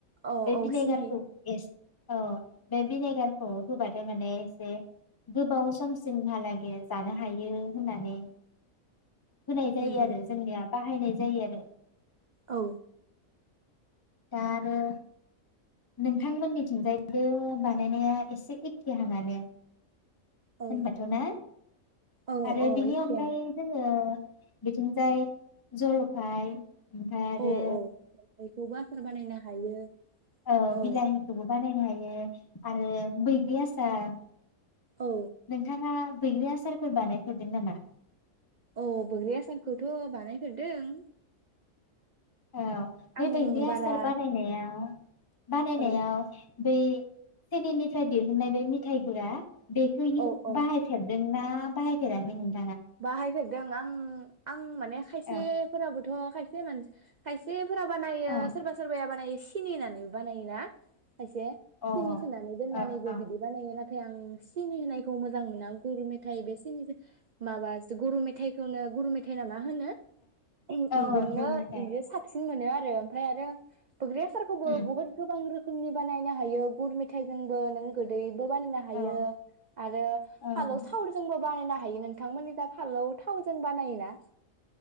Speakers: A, on the right (about 75°); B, on the left (about 15°).
A: औ
B: बे
A: औ
B: भिनेगारखौ
A: सिनायो
B: एसे औ बे भिनेगारखौ होबाथाय माने एसे गोबाव समसिमहालागै जानो हायो होननानै होनाय जायो
A: उम उम
B: आरो जोंनिया बाहायनाय जायो आरो
A: औ
B: दा आरो नोंथांमोननिथिंजायबो बानायनाया एसे एखखेहांआनो।
A: औ
B: होनबाथ' ना
A: औ
B: आरो
A: औ
B: बिनि
A: एखेयानो
B: अनगायै जोङो बिथिंजाय जलफाय ओमफ्राय आरो
A: औ औ बेखौबो आसार बानायनो हायो।
B: ओ
A: औ
B: बिलााहिखौबो बानायनो हायो आरो बैग्रि आसार
A: औ
B: नोंथाङा? बैग्रि आसारफोर बानायफेरदों नामा?
A: औ बैग्रि आसारखौथ' बानायफेरदों।
B: औ बे
A: आं
B: बैग्रि
A: बारा
B: आसार बानायनायाव बानायनायाव
A: औ
B: बे सिनिनिफ्राय दिहुननाय बे मिथाय गुरा बेखौ इउ
A: औ औ
B: बाहायफेरदों? ना बाहायफेराखै नोंथां
A: बाहायफेरदों आं आं माने खायसेफोराबोथ'
B: औ
A: खायसे सेमोन खायसे फोरा बानायो
B: औ
A: सोरबा सोरबाया बानायो सिनि होनानै बानायोना? खायसे
B: अ ओ
A: सिनि सोनानै दोननानैबो
B: ओ ओ
A: बिदि बानायोना? नाथाय आं सिनि होनायखौ मोजां मोना गुर मेथाइ बे सिनिजों माबा सो गुरु मेथाइखौनो गुर मेथाइ नामा मा होनो ओहोम
B: औ
A: बिजोंनो
B: गुर मेथाइ
A: बिजों साबसिन मोनो आरो ना। <unintelligible> ओमफ्राय आरो बैग्रि आसारखौबो
B: उम
A: बहुत गोबां रोख रोखोमनि बानायनो हायो गुर मेथाइजोंबो नों गोदै बो बानायनो हायो
B: औ
A: आरो
B: ओं
A: फालौ संख्रिजोंबो बानायनो हायो। हायो नों बिथांमोननि जा फालौ थावजों बानायोना?